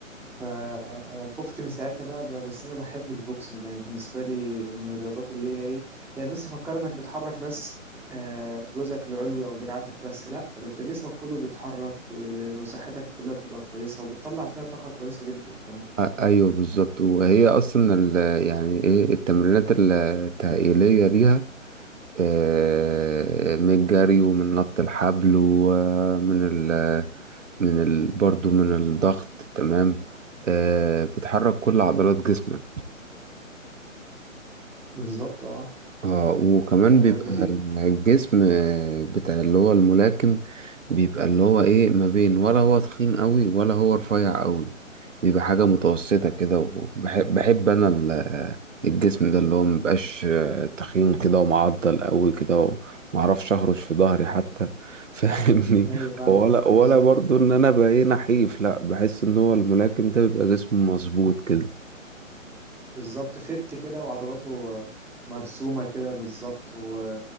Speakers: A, in the centre; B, on the right.
A: فخفت من ساعتها بقى بقى- بس أنا بحب البوكسنج يعني بالنسبة لي من الرياضات اللي هي إيه يعني الناس تفكر إنك بتحرك بس آه، جزءك العلوي أو دراعاتك بس لأ ده أنت جسمك كله بيتحرك و- وصحتك كلها بتبقى كويسة وبتطلع فيها طاقة كويسة جدا كمان
B: أ- ايوه بالظبط وهي اصلا ال- يعني ايه التمرينات ال- التهيئليه ليها آه، من الجري ومن نط الحبل ومن ال من ال برضو من الضغط تمام آه، بتحرك كل عضلات جسمك
A: بالظبط اه
B: اه وكمان
A: آه،
B: بيبقى
A: ده فيك
B: الجسم آه، بتاع اللي هو الملاكم بيبقى اللي هو ايه ما بين ولا هو تخين قوي ولا هو رفيع قوي بيبقى حاجة متوسطة كده وبحب بحب انا ال- آه، الجسم ده اللي هو مبقاش تخين كده ومعضل قوي كده ومعرفش اهرش في ظهري حتى <laughs> فاهمني
A: أيوه فاهمك
B: ولا ولا
A: بالظبط
B: برضو ان انا بقى ايه نحيف لا بحس ان هو الملاكم ده بيبقى جسمه مظبوط كده
A: بالظبط فت كده وعضلاته مرسومة كده بالظبط و...